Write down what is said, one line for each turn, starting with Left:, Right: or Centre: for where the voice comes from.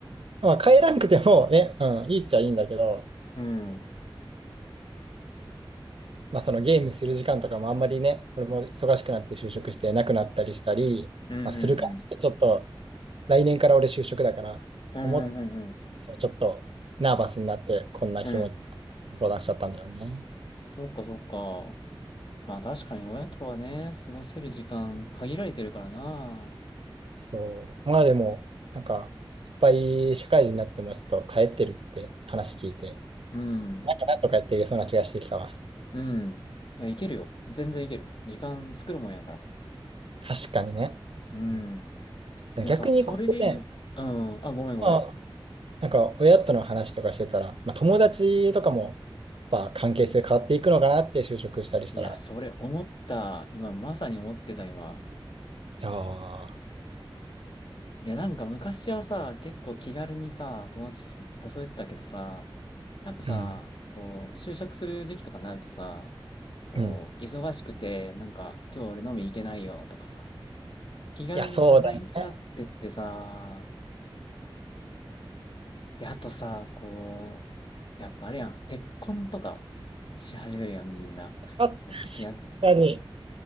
Right: まあ、帰らんくてもね、うん、いいっちゃいいんだけど、
Left: うん。うん
Right: まあ、そのゲームする時間とかもあんまりね、俺も忙しくなって就職してなくなったりしたり、
Left: うんうん。
Right: まあ、するからってちょっと来年から俺就職だから、
Left: うんうんうん
Right: 思っ、ちょっとナーバスになって、こんな日も
Left: うん。うん。
Right: 相談しちゃったんだよね。
Left: そっかそっか。まあ確かに親とはね、過ごせる時間限られてるからな。
Right: そう。まあでも、なんか、いっぱい社会人になってもちょっと帰ってるって話聞いて、
Left: うん。
Right: なんかなんとかやっていけそうな気がしてきたわ。
Left: うん。いや、いけるよ。全然いける。時間作るもんやから。
Right: 確かにね。
Left: うん。
Right: う
Left: でもさ、
Right: ん、逆にこうね、
Left: それで言う、うん、あ、ごめんごめん。
Right: まあ、なんか親との話とかしてたら、まあ、友達とかもやっぱ関係性変わっていくのかなって就職したりしたら、
Left: いや、それ思った。今、まさに思ってた、今。
Right: いやー
Left: いや、なんか昔はさ、結構気軽にさ、友達誘えてたけどさ、やっぱさ、
Right: うん、
Left: こう、就職する時期とかになるとさ、こう、
Right: うん。
Left: 忙しくて、なんか、今日俺飲み行けないよとかさ、気軽に誘えなくなってってさ、
Right: いや、そうだね。変
Left: で、あとさ、こう、やっぱあれやん、結婚とかし始めるやん、みんな。
Right: わっ
Left: もう付き合う。
Right: 確かに。